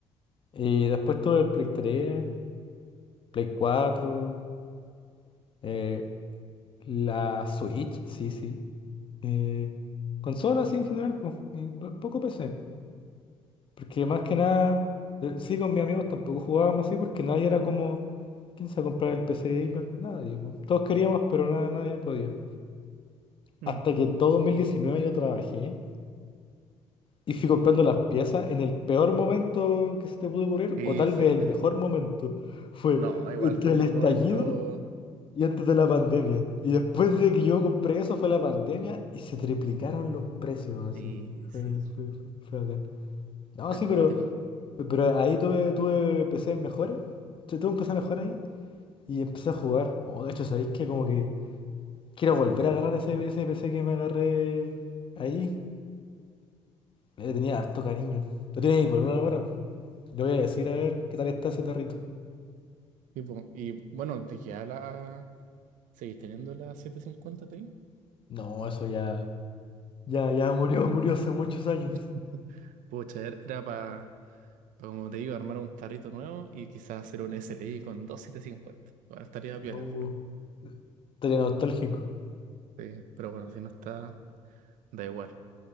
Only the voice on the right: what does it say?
Mm.
Sí,
fue.
No, igual
fue un
momento.
Sí, sí.
fue
cuático.
Tipo, y bueno, ¿te queda la... ¿Seguís teniendo la 750 Ti?
<laughs> Pucha, er- era para, como te digo, armar un tarrito nuevo y quizás hacer un SLI con 2750. Bueno, estaría piola.
Sí, pero bueno, si no está, da igual.